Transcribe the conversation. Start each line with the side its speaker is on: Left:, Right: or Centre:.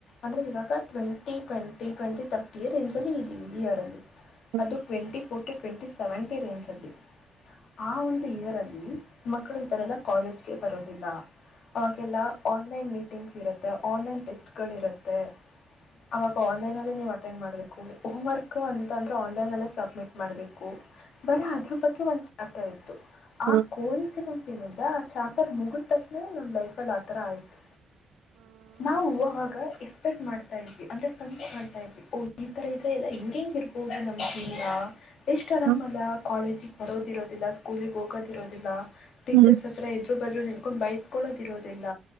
Left: ಆದ್ರೆ ಇವಾಗ twenty twenty twenty thirty range ಅಲ್ಲಿ ಇದ್ದೀವಿ ಇಯರ್ ಅಲ್ಲಿ
Right: ಹ್ಮ್
Left: ಅದು twenty forty twenty seventy range ಅಲ್ಲಿ ಆ ಒಂದು ಇಯರ್ ಅಲ್ಲಿ ಮಕ್ಕಳು ಈತರೆ ಎಲ್ಲ ಕಾಲೇಜ್ಗೆ ಬರೋದಿಲ್ಲ ಅವೆಲ್ಲ ಆನ್ಲೈನ್ ಮೀಟಿಂಗ್ಸ್ ಇರುತ್ತೆ ಆನ್ಲೈನ್ ಟೆಸ್ಟ್ ಗಳು ಇರುತ್ತೆ ಅವಾಗ ಆನ್ಲೈನ್ ಅಲ್ಲೇ ನೀವು್ ಅಟೆಂಡ್ ಮಾಡ್ಬೇಕು ಹೋಮ್ ವರ್ಕ್ ಅಂತ ಅಂದ್ರೆ ಆನ್ಲೈನ್ಲ್ಲೇ ಸಬ್ಮಿಟ್ ಮಾಡ್ಬೇಕು ಬರ ಅದ್ರ ಬಗ್ಗೆ ಒಂದ್ ಚಾಪ್ಟರ್ ಇತ್ತು ಆ
Right: ಹ್ಮ್ ಹ್ಮ್
Left: ಕೋ ಇನ್ಸಿಡೆನ್ಸ್ ಏನು ಅಂದ್ರೆ ಆ ಚಾಪರ್ ಮುಗಿದ ತಕ್ಷಣ ನಮ್ ಲೈಫಲ್ಲಿ ಆತರ ಆಯ್ತು ನಾವು ಆವಾಗ ಎಕ್ಸ್ಪೆಕ್ಟ್ ಮಾಡ್ತಾ ಇದ್ವಿ ಅಂದ್ರೆ ಕನ್ಸ್ ಮಾಡ್ತಾ ಇದ್ವಿ ದ ಈ ತರ ಇದ್ರೆ ಎಲ್ಲಾ ಹೆಂಗ ಹೆಂಗ ಇರ್ಬಹುದು ನಮ್ ಜೀನ ಎಷ್ಟ್ ಆರಾಮಲ್ಲ
Right: ಹ್ಮ್
Left: ಕಾಲೇಜಿಗೆ ಬರೋದಿರೋದಿಲ್ಲ ಸ್ಕೂಲಿಗೆ ಹೋಗೋದಿರೋದಿಲ್ಲ ಟೀಚರ್ಸ್
Right: ಹ್ಮ್
Left: ಹತ್ರ ಎರು ಬದ್ರೂ ಕಕೊಂಡು ಬೈಸ್ಕೊಳ್ಳೋದಿರೋದಿಲ್ಲ